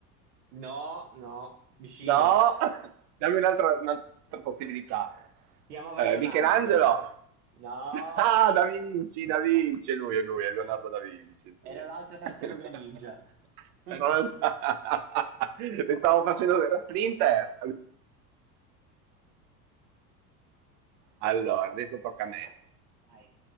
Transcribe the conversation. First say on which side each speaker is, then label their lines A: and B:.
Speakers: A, on the right; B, on the right.
A: No, no, vicino.
B: No, <laughs> dammi un'altra un'altra possibilità.
A: Si chiamava
B: Ehm,
A: Leonardo.
B: Michelangelo?
A: No,
B: Ah, Da Vinci, Da Vinci, è lui, è lui, è Leonardo Da Vinci, sì.
A: era l'altra tartaruga
B: <laughs>
A: ninja. <laughs>
B: Però- <laughs> Ti stavo facendo la splinter. Allora, adesso tocca a me.
A: Vai.